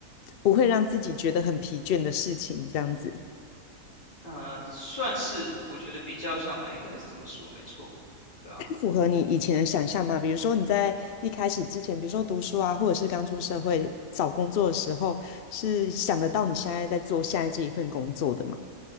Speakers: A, on the left (about 65°); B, on the left (about 35°).
A: 不会让自己觉得很疲倦的事情，这样子
B: 呃，算是，我觉得比较上来应该是这么说，没错，对啊，
A: 符合你以前的想象吗？比如说你在一开始之前，比如说读书啊，或者是刚出社会找工作的时候，是想得到你现在在做现在这一份工作的吗？